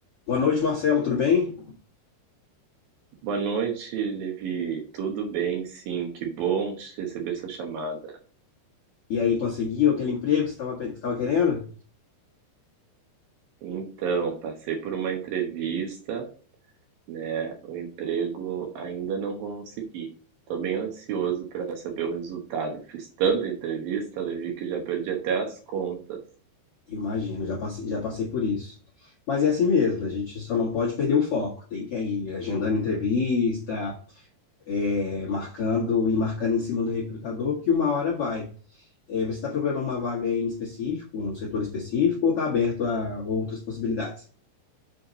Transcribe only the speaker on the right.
Boa noite, Levi. Tudo bem? Sim, que bom te receber sua chamada.
Então, passei por uma entrevista, né? O emprego ainda não consegui. Estou bem ansioso para saber o resultado. Fiz tanta entrevista, Levi, que já perdi até as contas.